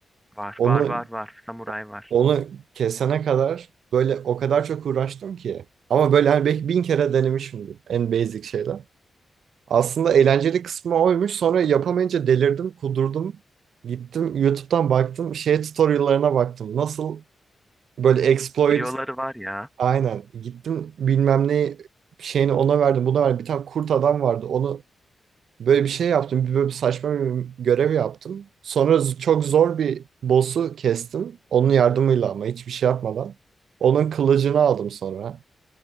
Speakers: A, in the centre; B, on the right (about 80°).
A: Var
B: Onu
A: var var var. Samuray var.
B: onu kesene kadar böyle o kadar çok uğraştım ki. Ama böyle hani belki bin kere denemişimdir en basic şeyler. Aslında eğlenceli kısmı oymuş. Sonra yapamayınca delirdim, kudurdum. Gittim YouTube'dan baktım. Şey tutorial'larına baktım. Nasıl böyle exploit
A: Fiyoları var ya.
B: Aynen. Gittim bilmem ne şeyini ona verdim buna verdim. Bir tane kurt adam vardı. Onu böyle bir şey yaptım. Bir böyle bir saçma bir görev yaptım. Sonra z- çok zor bir boss'u kestim. Onun yardımıyla ama hiçbir şey yapmadan. Onun kılıcını aldım sonra.